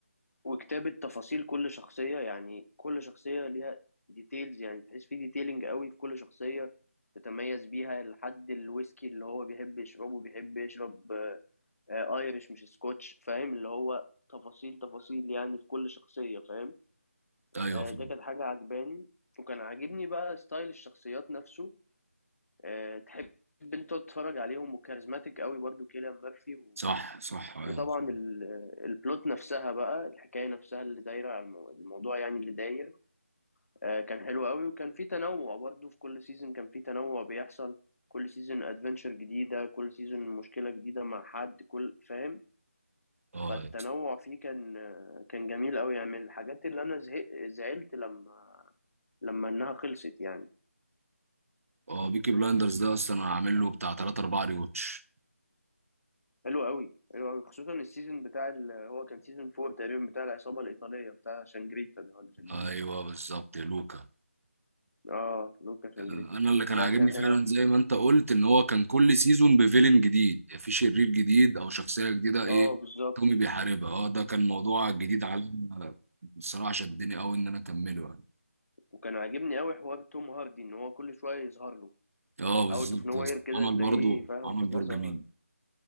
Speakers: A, on the left; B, on the right.
A: وكتابة تفاصيل كل شخصية يعني كل شخصية ليها ديتيلز يعني تحس في ديتيلينج قوي في كل شخصية تتميز بيها لحد الويسكي اللي هو بيحب يشربه بيحب يشرب آه، آه، ايرش مش سكوتش فاهم اللي هو تفاصيل تفاصيل يعني في كل شخصية فاهم
B: ايوه
A: آه،
B: فعلا
A: ده كانت حاجة عجباني وكان عاجبني بقى ستايل الشخصيات نفسه آه، تحب انت تتفرج عليهم وكاريزماتيك قوي برضو كيليان ميرفي و...
B: صح صح ايوه
A: وطبعا
B: مظبوط.
A: ال... البلوت نفسها بقى الحكايه نفسها اللي دايره على المو... الموضوع يعني اللي داير آه، كان حلو قوي وكان في تنوع برضو في كل سيزون كان في تنوع بيحصل كل سيزون ادفنتشر جديده كل سيزون مشكله جديده مع حد كل فاهم
B: اه
A: فالتنوع فيه كان آه، كان جميل قوي يعني من الحاجات اللي انا زهق... زعلت لما لما انها خلصت يعني
B: اه بيكي بلاندرز ده اصلا انا عامل له بتاع 3 4 ريوتش
A: حلو قوي حلو قوي خصوصا السيزون بتاع ال... هو كان سيزون فور تقريبا بتاع العصابه الايطاليه بتاع شانجريتا ده ولا شانجريتو
B: ايوه بالظبط يا لوكا
A: اه لوكا شانجريتا
B: انا اللي كان
A: ده
B: عاجبني
A: كان
B: فعلا
A: حلو
B: زي ما انت قلت ان هو كان كل سيزون بفيلن جديد يعني في شرير جديد او شخصيه جديده ايه
A: اه بالظبط
B: تومي بيحاربها اه ده كان موضوع جديد على بصراحه شدني قوي ان انا اكمله يعني
A: وكان عاجبني قوي حوار توم هاردي ان هو كل شويه يظهر له
B: اه بالظبط
A: اوت اوف نو
B: يا
A: وير
B: اسطى.
A: كده
B: عمل
A: تلاقيه
B: برضو
A: فاهم
B: عمل
A: فجاه
B: دور
A: ظهر
B: جميل